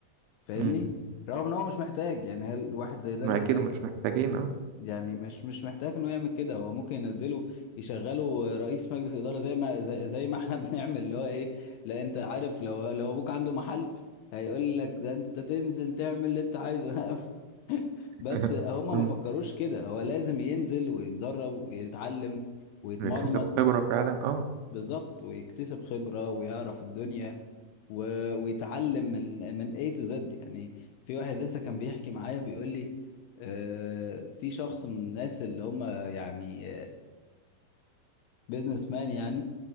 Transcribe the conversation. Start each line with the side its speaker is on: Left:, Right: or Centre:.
Left: فاهمني
Right: مم.
Left: رغم ان هو مش محتاج يعني هل الواحد زي ده
Right: ما
Left: محتاج
Right: اكيد مش محتاجين اه
Left: يعني مش مش محتاج ان هو يعمل كده هو ممكن ينزله يشغله رئيس مجلس اداره زي ما زي, زي ما احنا <laughs> بنعمل اللي هو ايه لا انت عارف لو لو ابوك عنده محل هيقول لك ده انت تنزل تعمل اللي انت عايزه <laughs> بس
Right: <laughs>
Left: هما
Right: مم.
Left: ما فكروش كده هو لازم ينزل ويتدرب ويتعلم ويتمرمط
Right: بيكتسب خبرة فعلا اه
Left: بالظبط ويكتسب خبرة ويعرف الدنيا و... ويتعلم من من A to Z يعني في واحد لسه كان بيحكي معايا بيقول لي آه في شخص من الناس اللي هم يعني البيزنس مان يعني